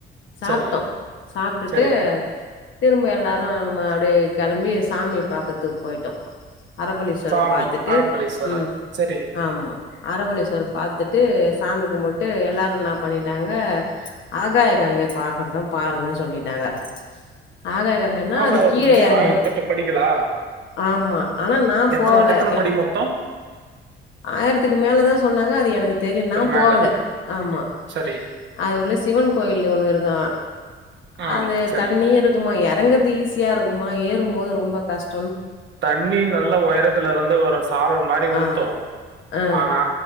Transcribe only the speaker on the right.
சரி,
சரி.
சாமி,
அறப்பளீஸ்வரர்.
சரி.
ஆகாயகங்க
ஆயிரத்தி எட்டு படிகளா
எத்தனை
எத்தனை
படி மொத்தம்
மேல.
சரி,
ம்.
சரி.
தண்ணி நல்ல உயரத்துல இருந்து ஒரு சாரல் மாதிரி ஊத்தோம்
ஆனா